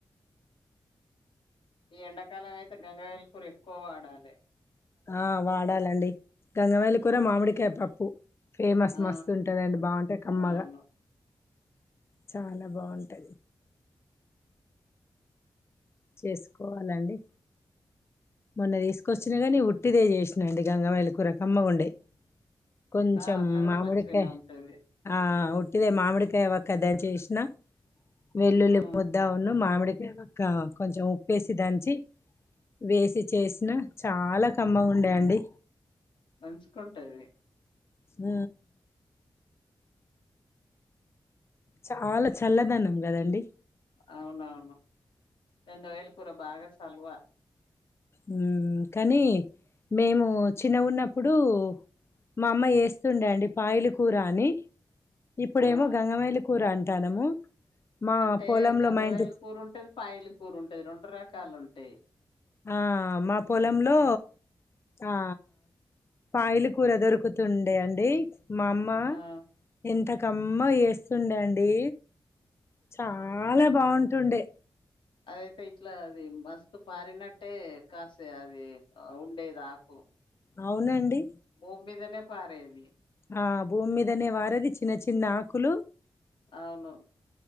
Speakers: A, on the left; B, on the left.
A: ఈ ఎండాకాలం అయితే గంగావైల్కూర ఎక్కువ వాడాలే
B: ఆ వాడాలండి గంగవాయిల్ కూర మామిడికాయ పప్పు ఫేమస్
A: ఆ
B: మస్తు ఉంటదండి బాగుంటది కమ్మగా
A: అవును
B: చాలా బాగుంటది. చేసుకోవాలండి. మొన్న తీసుకొచ్చిన గానీ ఉట్టిదే చేసినండి గంగబెయిల్ కూర కమ్మ గుండే. కొంచం
A: ఆ అట్లా కూడా
B: మామిడికాయ
A: మంచిగానే ఉంటది
B: ఆ. ఉట్టిదే మామిడికాయ వక్క దంచి వేసిన వెల్లుల్లి
A: ఉమ్,
B: ముద్ద ఉన్న మామిడి. ఇంకా కొంచెం ఉప్పుసి దంచి వేసి. చేసిన చాలా కమ్మగా ఉండేయండి.
A: మంచుకుంటది.
B: ఆ. చాలా చల్లదనం కదండి.
A: అవునవును గంగాబయల కూర బాగా చలవా.
B: హ్మ్ కానీ మేము చిన్నగున్నప్పుడు. మా అమ్మ చేస్తుండే అండి పాయల కూర అని. ఇప్పుడేమో
A: ఆ
B: గంగమైలి కూర అంటానము. మా
A: అంటే
B: పొలంలో
A: గంగవాయల
B: మా ఇంటి
A: కూర ఉంటది పాయల కూర ఉంటది రెండు రకాలు ఉంటాయి.
B: ఆ మా పొలంలో. ఆ పాయలు కూర దొరుకుతుండే అండి. మా అమ్మ
A: ఆ
B: ఇంతక్. కమ్మ చేస్తుండే అండి చాలా బాగుంటుండే.
A: అదయితే ఇట్లా అది మస్తు పారినట్టే కాస అది ఉండేది ఆకు.
B: అవునండి.
A: భూమ్మీదనే పారేది.
B: ఆ భూమి మీదనే పారేది చిన్న చిన్న ఆకులు.
A: అవును.